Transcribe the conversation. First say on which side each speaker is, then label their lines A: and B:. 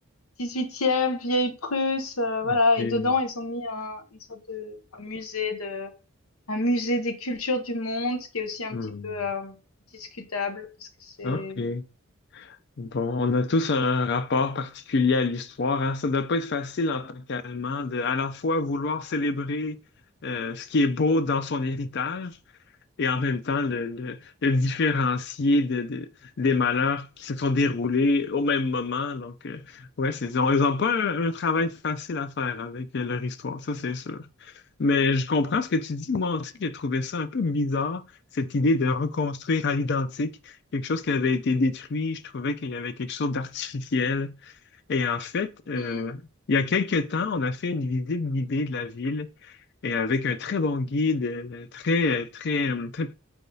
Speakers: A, on the left (about 85°); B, on the left (about 55°).
A: 18e, vieille Prusse, euh, voilà.
B: OK.
A: Et dedans ils ont mis un, une sorte de un musée de un musée des cultures du monde, ce qui est aussi un
B: hmm,
A: petit peu euh, discutable parce que c'est
B: OK. Bon, on a tous un rapport particulier à l'histoire, hein. Ça ne doit pas être facile en tant qu'Allemand de à la fois vouloir célébrer euh, ce qui est beau dans son héritage, et en même temps le, le- le différencier de, de- des malheurs qui se sont déroulés au même moment. Donc, euh, ouais, c'est, ils ont, ils ont pas un, un travail facile à faire avec euh, leur histoire, ça c'est sûr. Mais je comprends ce que tu dis. Moi aussi, j'ai trouvé ça un peu bizarre, cette idée de reconstruire à l'identique quelque chose qui avait été détruit. Je trouvais qu'il y avait quelque chose d'artificiel. Et en fait, euh,
A: Hmm.
B: il y a quelques temps, on a fait une visite guidée de la ville et avec un très bon guide, euh, très, très, très